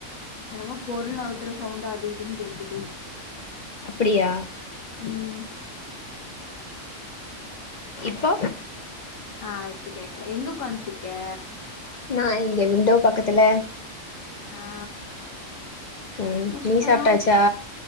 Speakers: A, on the left; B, on the left.
A: என்னமொ பொருள் நவுத்துற சவுண்டு அது இதுன் கேக்குது
B: அப்டியா
A: ம்
B: இப்போ
A: ஆ இப்ப கேக்கல எங்க உக்காண்ட்ருக்க
B: நா இங்க விண்டோ பக்கத்துல
A: ஆ
B: ம்
A: அப்பறோ
B: நீ சாப்ட்டாச்சா